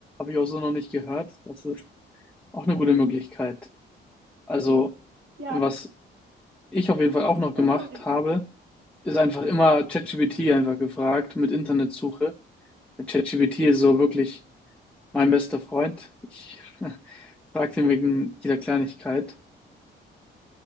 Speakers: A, in the centre; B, on the right.
A: ich auch so noch nicht gehört. Das ist auch eine gute Möglichkeit. Also
B: Das ist, ja,
A: was ich auf jeden Fall auch noch gemacht
B: oh sorry.
A: habe, ist einfach immer ChatGPT einfach gefragt mit Internetsuche. ChatGPT ist so wirklich mein bester Freund. Ich <laughs> frage ihn wegen jeder Kleinigkeit.